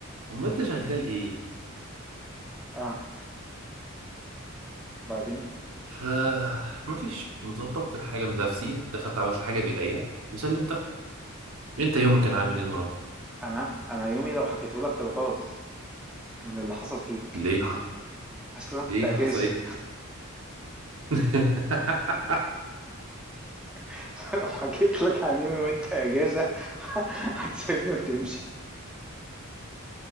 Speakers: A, on the right (about 75°); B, in the centre.
A: امال انت شغال ايه
B: اه وبعدين
A: فمفيش مظبط الحاجة بنفسي دخلت عملت حاجة بإيديا وسلمتها أنت يومك كان عامل إيه النهاردة؟
B: انا انا يومي لو حكيته لك تتغاظ من اللي حصل فيك
A: ليه؟ ح-
B: اصل انا كنت
A: ليه
B: اجازه
A: حصل إيه؟ <laughs>
B: <laughs> لو حكيت لك عن يومي وانت اجازه <laughs> هتسيبني وتمشي